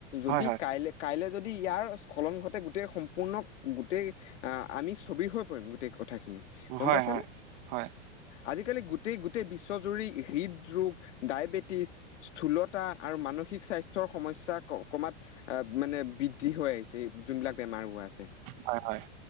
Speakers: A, on the left; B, on the right.
A: যদি
B: হয় হয়
A: কাইলৈ কাইলৈ। যদি ইয়াৰ স্খলন ঘতে গোটেই সম্পূৰ্ণ গোটেই আহ আমি ছবিৰ হৈ পৰিম গোটেই থাকিমেইই গ'ম
B: হয়
A: পাইছানে
B: হয়
A: আজিকালি গোটেই গোটেই বিশ্বজুৰি হৃদৰোগ, ডায়েবেটিচ, স্থূলতা আৰু মানসিক স্বাস্থ্যৰ সমস্যা কমাত মানে বৃদ্ধি হৈ আহিছে যোনবিলাক বেমাৰ বোৰৰ আছে
B: হয় হয়